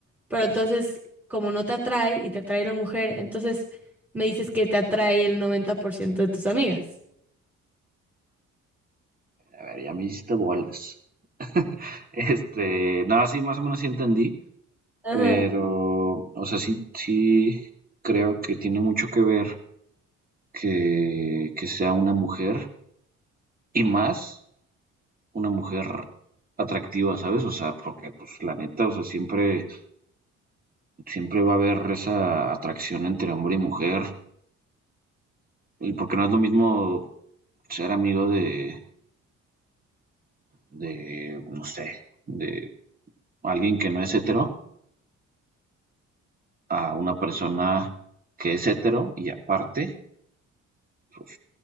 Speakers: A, in the centre; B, on the right (about 30°).
A: Pero entonces, como no te atrae y te atrae la mujer, entonces me dices que te atrae el 90% de tus amigas.
B: A ver, ya me hiciste bolas. <laughs> Este, nada, sí, más o menos sí entendí,
A: Ajá.
B: pero, o sea, sí, sí creo que tiene mucho que ver que, que sea una mujer y más una mujer atractiva, ¿sabes? O sea, porque, pues, la neta, o sea, siempre Siempre va a haber esa atracción entre hombre y mujer, y porque no es lo mismo ser amigo de, de, no sé, de alguien que no es hetero a una persona que es hetero y aparte pues,